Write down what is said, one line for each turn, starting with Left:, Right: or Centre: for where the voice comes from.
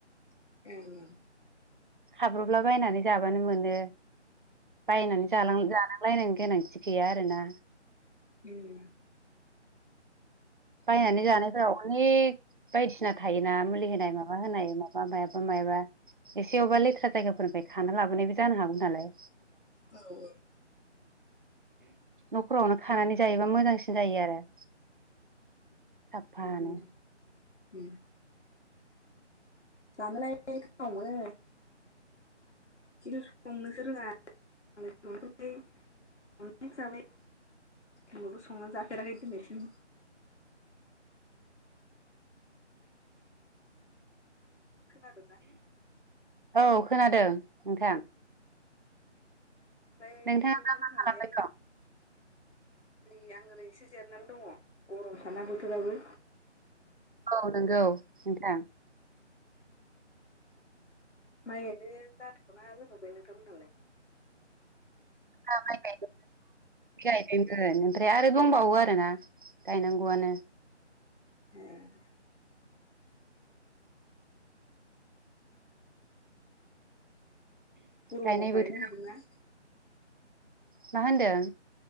Left: <unintelligible>
Right: खाब्रबला बायनानै जाबानो मोनो बायनानै जालां जानांलायनाय गोनांथि गैया आरोना
Left: उम
Right: बायनानै जानायफोराव अनेक बायदिसिना थायोना मुलि होनाय माबा होनाय मा मायाबा मायाबा एसेयावबा लेथ्रा जायगाफोरनिफ्राय खाना लाबोनायबो जानो हागौ नालाय
Left: औ औ
Right: न'खरावनो खानानै जायोबा मोजांसिन जायो आरो साफानो
Left: उ उ उम जानोलाय गोथाव मोनो खिन्थु संनोसो रोङा मालाय सं <unintelligible> अनेख जाबाय <unintelligible> बो संनानै जाफेराखै दिनैसिम खोनादोंना
Right: औ खोनादों नोंथां
Left: ओमफ्राय
Right: नोंथाङा
Left: नोंथांमोनहालाय
Right: खालामबाय दं
Left: ओरै आं ओरै <unintelligible> <unintelligible> नानै दङ गरम साना बोथोराबो
Right: औ नंगौ नोंथां।
Left: माइ गायनो जाथगौ ना जाथ'आखै नोंथां मोनहालाय?
Right: <unintelligible> गोन ओमफ्राय आरो दंबावो आरो ना गायनांगौआनो।
Left: <unintelligible> गुर'माव
Right: गायनाय
Left: गायनो
Right: बोथोर
Left: हादोंना?
Right: मा होनदों?